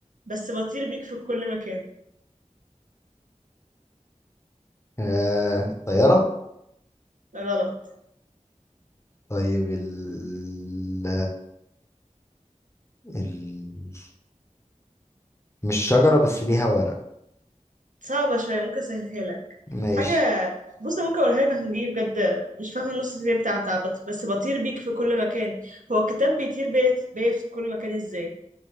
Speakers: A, on the right (about 75°); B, on the left (about 20°).
A: بس بطير بيك في كل مكان
B: آه، الطيارة
A: غلط
B: طيب ال... ال... مش شجرة بس ليها ورق
A: صعبة شوية ممكن اسهلها لك
B: ماشي
A: حاجة بص أنا ممكن اقولها لك عشان دي بجد مش فاهمة النص التاني بتاع بتاع بط- بس بطير بيك في كل مكان هو الكتاب بيطير بيا بيا في كل مكان ازاي